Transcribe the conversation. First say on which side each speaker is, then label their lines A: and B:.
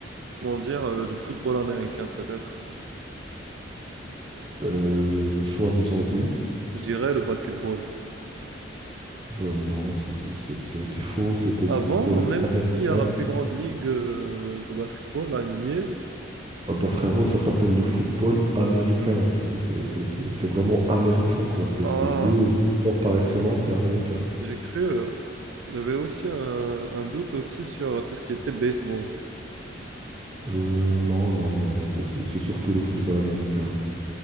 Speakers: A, on the right; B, on the right.
A: comment dire, euh, le football américain, peut-être.
B: Euh, choisissons une.
A: Je dirais le basketball.
B: Ben non, c'est c'est- c'est- c'est- c'est faux, c'était
A: Avant,
B: le football
A: même
B: américain.
A: s'il y a la plus grande ligue euh, de basketball, la NBA,
B: Ah bah frérot, ça s'appelle le football américain. Du coup, c'est c'est- c'est- c'est vraiment américain, quoi. C'est
A: ah,
B: c'est le, le sport par excellence américain.
A: j'ai cru, euh, j'avais aussi un, un doute aussi sur tout ce qui était baseball.
B: Euh, non, non, non, c'est c'est- c'est surtout le football américain.